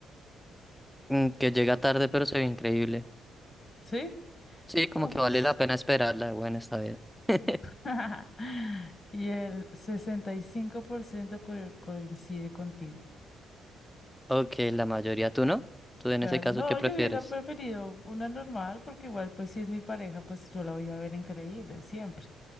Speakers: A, in the centre; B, on the left (about 35°).
A: Mm, que llega tarde, pero se ve increíble.
B: ¿Sí?
A: Sí, como
B: No,
A: que
B: pues.
A: vale la pena esperarla. Bueno, está bien. <laughs>
B: <laughs> Y el 65% co- coincide contigo.
A: Ok, la mayoría, ¿tú no? ¿Tú en
B: Claro.
A: ese caso
B: No,
A: qué prefieres?
B: yo hubiera preferido una normal porque igual, pues si es mi pareja, pues yo la voy a ver increíble siempre.